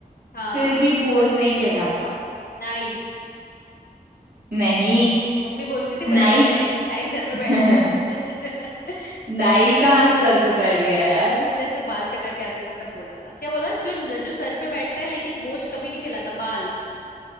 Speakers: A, on the left; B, on the right.
A: हाँ
B: फिर भी बोझ नहीं कहलाता
A: नाई
B: नहीं
A: मम्मी बोलती थी
B: नाइस
A: बचपन में नाई सर पे
B: <laughs>
A: बैठता है <laughs>
B: नाई कहाँ से सर पे बैठ गया यार
A: जैसे बाल कटा के आते थे तब बोलता था क्या बोला जो जो सर पे बैठता है लेकिन बोझ कभी नहीं कहलाता बाल